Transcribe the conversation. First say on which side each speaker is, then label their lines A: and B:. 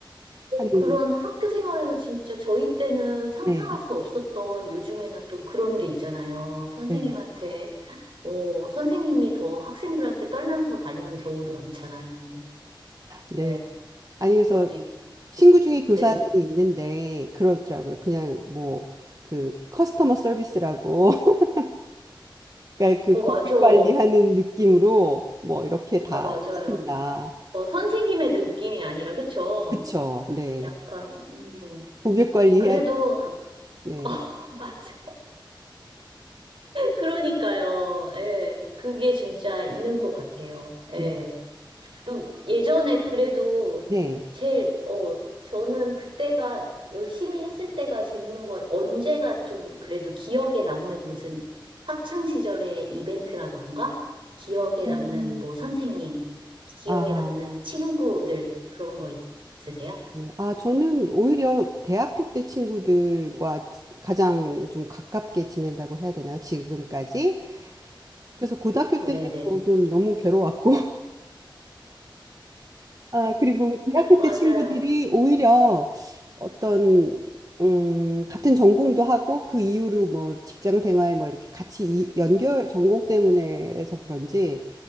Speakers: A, on the right; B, on the right.
A: 하는
B: 그런 학교 생활에서 진짜 저희 때는 상상할
A: 네.
B: 수 없었던 요즘에는 또 그런 게 있잖아요. 선생님한테,
A: 네.
B: 어, 선생님이 더 학생들한테 떨면서 다니는 경우도 많잖아요.
A: 네.
B: 네,
A: 아니, 그래서
B: 그것도 있고.
A: 친구 중에 교사들이
B: 네.
A: 있는데 그러더라고요. 그냥 뭐 그 커스터머 서비스라고 <laughs> 그러니까 그
B: 어,
A: 고객
B: 맞아. 어,
A: 관리하는 느낌으로 뭐 이렇게 다
B: 맞아요.
A: 해야 된다.
B: 어, 선생님의 느낌이 아니라, 그쵸?
A: 그쵸? 네.
B: 약간, 음,
A: 고객 관리해야
B: 그래도,
A: 돼.
B: <laughs>
A: 네.
B: 어, 맞아. 그러니까요. 예, 그게 진짜 있는 것 같아요. 예.
A: 네.
B: 그리고 예전에 그래도
A: 네.
B: 제일, 어, 저는 그때가 열심히 했을 때가 재밌는 것 같아요. 언제가 좀 그래도 기억에 남는 무슨 학창 시절의 이벤트라던가 기억에 남는
A: 음.
B: 뭐 선생님, 기억에
A: 아,
B: 남는 친구들 그런 거 있- 있으세요?
A: 네. 아, 저는 오히려 대학교 때 친구들과 지- 가장 좀 가깝게 지낸다고 해야 되나요? 지금까지? 그래서 고등학교
B: 음,
A: 때는
B: 네네.
A: 뭐좀 너무 괴로웠고 아, 그리고 대학교
B: 맞아요.
A: 때 친구들이 오히려 어떤, 음, 같은 전공도 하고 그 이후로 뭐 직장 생활 뭐 이렇게 같이 이, 연결, 전공 때문에 그래서 그런지